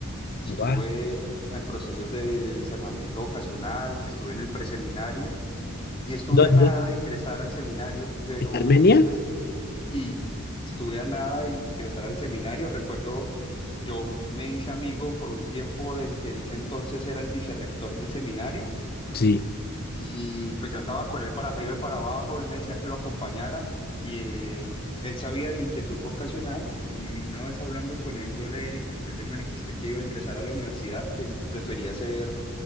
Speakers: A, on the left; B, on the left.
A: Estuve
B: Wow.
A: en procesos de discernimiento vocacional, estuve en el preseminario y estuve
B: ¿Dónde?
A: a nada de ingresar al seminario, pero,
B: ¿En Armenia?
A: pero y estuve a nada de ingresar al seminario. Recuerdo, yo me hice amigo por un tiempo del que en ese entonces era el vicerrector del seminario
B: Sí.
A: y pues yo andaba con él para arriba y para abajo, él me decía que lo acompañara y eh, él sabía de mi inquietud vocacional y una vez hablando con él yo le, yo le manifesté que iba a ingresar a la universidad, que prefería hacer